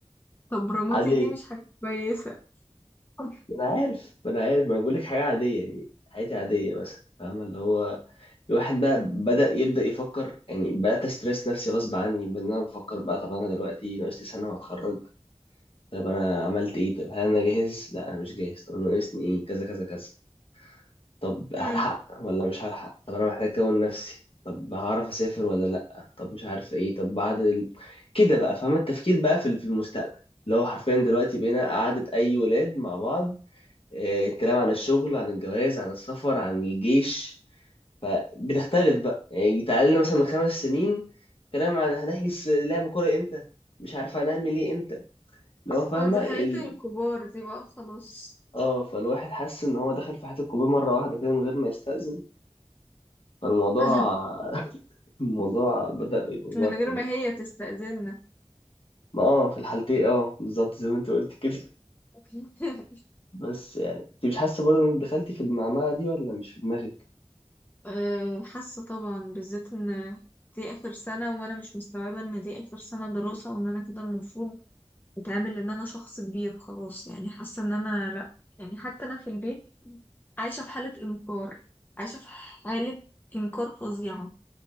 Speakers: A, on the left; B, on the left.
A: طب
B: <laughs>
A: رموتي
B: عادية
A: دي مش حاجة كويسة <laughs>
B: ما انا عارف ما انا عارف ما انا بقول لك حاجه عاديه يعني حياتي عاديه مثلا فاهمه اللي هو الواحد بقى بدا يبدا يفكر يعني بقيت استرس نفسي غصب عني بان انا بفكر بقى طب انا دلوقتي ناقص لي سنه واتخرج طب انا عملت ايه طب هل انا جاهز لا انا مش جاهز طب انا ناقصني ايه كذا كذا كذا طب
A: مم.
B: هلحق ولا مش هلحق طب انا محتاج اكون نفسي طب هعرف اسافر ولا لا طب مش عارف ايه طب بعد ال... كده بقى فاهمه التفكير بقى في في المستقبل اللي هو حرفيا دلوقتي بقينا قعدة أي ولاد مع بعض آه، كلام عن الشغل عن الجواز عن السفر عن الجيش فبتختلف بقى يعني تعال لنا مثلا من خمس سنين كلام عن هنحجز لعب كورة امتى مش عارف هنعمل ايه امتى اللي هو فاهمة
A: اه دي حياة
B: ال...
A: الكبار دي بقى خلاص
B: اه فالواحد حس ان هو دخل في حياة الكوبايه مرة واحدة كده من غير ما يستأذن فالموضوع
A: <laughs>
B: <laughs> الموضوع بدأ يبقى موتر
A: من غير ما
B: يعني
A: هي تستأذننا
B: ما اه في الحالتين اه بالظبط زي ما انت قلت كده
A: <laughs>
B: بس يعني انت مش حاسة برضه انك دخلتي في المعمعة دي ولا مش في دماغك؟
A: آه، حاسة طبعا بالذات ان دي اخر سنة وانا مش مستوعبة ان دي اخر سنة دراسة وان انا كده المفروض اتعامل ان انا شخص كبير خلاص يعني حاسه ان انا لا يعني حتى انا في البيت عايشه في حاله انكار عايشه في حاله انكار فظيعه